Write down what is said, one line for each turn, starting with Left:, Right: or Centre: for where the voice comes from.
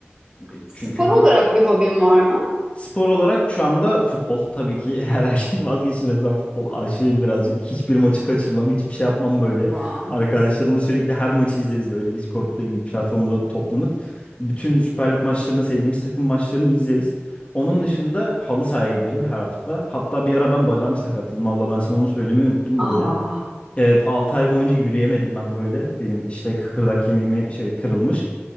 Left: E,
Right: Spor
Left: Çünkü
Right: olarak bir hobin var mı?
Left: Spor olarak şu anda futbol tabii ki <laughs> her şeyin vazgeçilmezi. Ben futbol aşığım birazcık. Hiçbir maçı kaçırmam, hiçbir şey yapmam böyle.
Right: Wow.
Left: Arkadaşlarımla sürekli her maçı izleriz böyle Discord'da gibi bir platformda toplanıp. Bütün Süper Lig maçlarını, sevdiğimiz takım maçlarını izleriz. Onun dışında halı sahaya giderim her hafta. Hatta bir ara ben bacağımı sakatladım abla ben sana onu söylemeyi unuttum
Right: Aa,
Left: böyle. Evet 6 ay boyunca yürüyemedim ben böyle. Benim işte kıkırdak kemiğimi şey kırılmış.